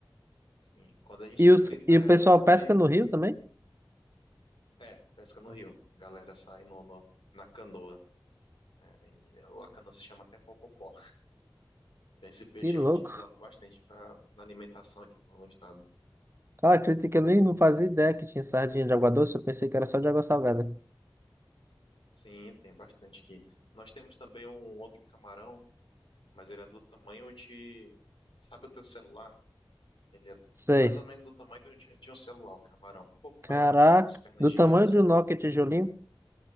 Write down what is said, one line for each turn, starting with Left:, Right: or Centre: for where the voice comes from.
Left: Sim. Quando a gente
Right: E, os,
Left: frita
Right: e
Left: ela,
Right: o pessoal
Left: meu
Right: pesca
Left: amigo.
Right: no rio também?
Left: É, pesca no rio. Galera sai no, no- na canoa. né? E é, lá a canoa se chama até popopó. Então esse peixe
Right: Que louco.
Left: é utilizado bastante pra, na alimentação aqui no, no estado.
Right: Cara, acredita que eu nem não fazia ideia que tinha sardinha de água doce, eu pensei que era só de água salgada.
Left: Sim, tem bastante aqui. Nós temos também um outro camarão, mas ele é do tamanho de... Sabe o teu celular? Ele é
Right: Sei.
Left: mais ou menos do tamanho de, de um celular, o camarão. Um pouco
Right: Caraca,
Left: maior, ele tem umas pernas
Right: do
Left: gigantes.
Right: tamanho de um Nokia tijolinho.